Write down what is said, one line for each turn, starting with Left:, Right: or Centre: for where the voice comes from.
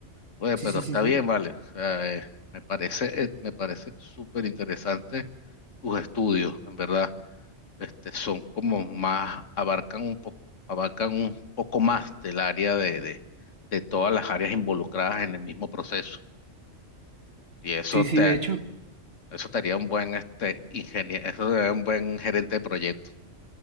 Left: Oye,
Right: Sí,
Left: pero
Right: sí,
Left: está
Right: sí, sí.
Left: bien, vale. O sea, eh, me parece, eh, me parece súper interesante tus estudios, en verdad. Este, son como más, abarcan un poco, abarcan un poco más del área de, de, de todas las áreas involucradas en el mismo proceso. Y eso
Right: Sí, sí,
Left: te,
Right: de hecho,
Left: Eso te haría un buen este ingeniero, eso sería un buen gerente de proyecto.